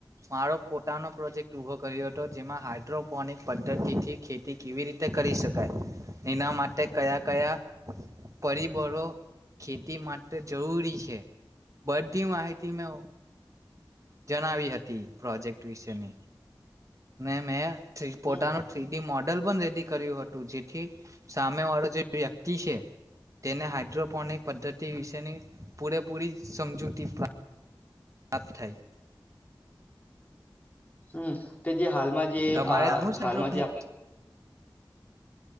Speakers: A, on the right (about 40°); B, on the left (about 20°).
A: મારો પોતાનો પ્રોજેક્ટ ઊભો કર્યો હતો જેમાં હાઇડ્રોપોનિક પદ્ધતિથી ખેતી કેવી રીતે કરી શકાય એના માટે કયા કયા પરિબળો ખેતી માટે જરૂરી છે બધી માહિતી મે જણાવી હતી. પ્રોજેક્ટ વિશેની. મેં મેળ થી
B: હમ
A: પોતાનું થ્રી ડી મોડેલ પણ રેડી કર્યું હતું જે થી સામે વાળો જે વ્યક્તિ છે તેને હઇડ્રોપોનિક પદ્ધતિ વિશેની પૂરેપૂરી સમજૂતી પ્રા પ્ત થાય.
B: હમ. તો જે હાલમાં જે
A: તમારે
B: અ
A: આનું જ
B: હાલમાં
A: હાઇડ્રોપોનિક
B: જે આપણે